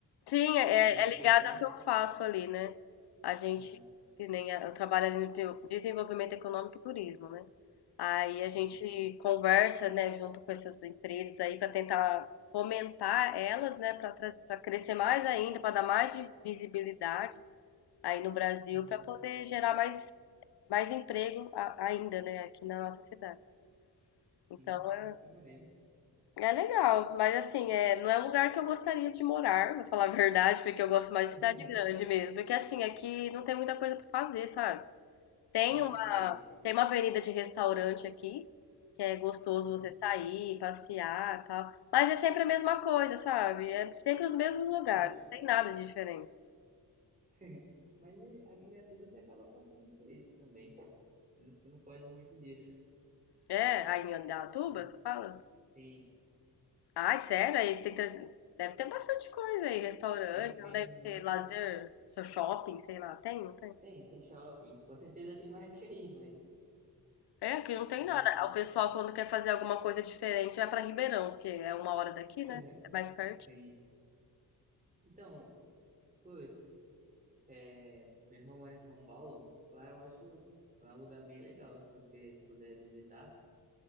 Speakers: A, on the left; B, on the right.
A: Sim, é,
B: é um ponto
A: é é ligado
B: importante.
A: ao que eu faço ali, né? A gente,
B: Aham,
A: que nem a- eu trabalho ali no teu- desenvolvimento econômico e turismo, né? Aí a gente
B: sim.
A: conversa, né, junto com essas empresas aí para tentar fomentar elas, né, para crescer mais ainda, para dar mais de visibilidade aí no Brasil,
B: Uhum,
A: para poder gerar mais, mais emprego a- ainda, né, aqui na nossa cidade. Então
B: sim,
A: é
B: que, que maneiro.
A: é legal, mas assim, é, não é um lugar que eu gostaria de morar, vou falar a verdade, porque eu gosto mais de
B: <laughs>
A: cidade grande mesmo. Porque assim, aqui não tem muita coisa pra fazer, sabe? Tem
B: Ah,
A: uma,
B: sei.
A: tem uma avenida de restaurante aqui, que é gostoso
B: Uhum,
A: você sair, passear, e tal. Mas é sempre a mesma coisa, sabe? É sempre os mesmos lugares,
B: é.
A: não tem nada de diferente.
B: <laughs> Mas e, ainda é tudo você acaba passando por isso também. Você não, você não foge muito disso. <laughs>
A: É, aí em Indaiatuba,
B: É,
A: tu fala?
B: sim.
A: Ai, sério? Aí tem, treze- deve ter bastante coisa aí, restaurante,
B: Tem,
A: não
B: tem
A: deve
B: muitos.
A: ter lazer, shopping, sei lá, tem, não tem?
B: Tem, tem shopping. Com certeza tem mais que aí, mas
A: É, aqui não tem
B: não.
A: nada. O pessoal, quando quer fazer alguma coisa diferente, vai pra Ribeirão, que é uma hora daqui,
B: <laughs>
A: né? É mais perto.
B: Sim. Então, pô, é, meu irmão mora em São Paulo. Lá eu acho lá é um lugar bem legal. Se você puder visitar,